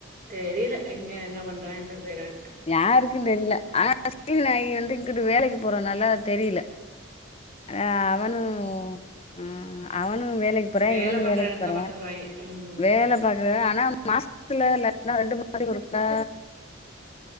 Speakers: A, on the right; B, on the left.
A: தெரியல எங்க என்ன பண்றா என்ன செய்றான்
B: யாருக்குன் தெரியல ஆனா <inaudible> நாயு வந் து இங்கிட்டு வேலைக்கு போறனால தெரியல ஆ அவனு ம் னு வேலைக்கு போறே
A: வேல
B: இவனு
A: பாக்குற
B: வேலைக்கு
A: எடத்துல
B: போறா
A: பாத்துக்குருவாய்ங்க ம்
B: வேல பாக்குற ஆனா மாசத்துல இல்லாட்டினா ரெண்டு <inaudible> ஒருக்கா